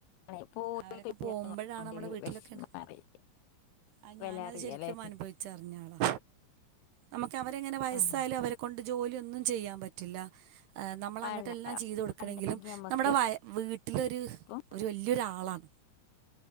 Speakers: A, on the left (about 80°); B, on the right (about 70°).
A: ആണ്, പോയി
B: അവരൊക്കെ
A: കഴിഞ്ഞാൽ
B: പോവുമ്പഴാണ്
A: നമുക്കുണ്ട്
B: നമ്മടെ
A: ഒരു
B: വീട്ടിലൊക്കെണ്
A: വിഷമം അറിയ
B: അയ്
A: വില
B: ഞാനത്
A: അറിയാലേ
B: ശരിക്ക് മനുഭവി ച്ചറിഞ്ഞാളാ, നമുക്ക് അവരെങ്ങനെ വയസ്സായാലും
A: ഉം
B: അവരെ കൊണ്ട് ജോലി ഒന്നും ചെയ്യാൻ പറ്റില്ല, ഏഹ് നമ്മളങ്ങട്ട്
A: പണ്ട-
B: എല്ലാം ചെയ്ത് കൊട്ക്കണെങ്കിലും
A: പണ്ടെങ്കി നമ്മക്ക്
B: നമ്മടെ വാ ആയ വീട്ടിലൊര്
A: ഇപ്പൊ
B: ഒര് വല്ല്യൊരാളാണ്.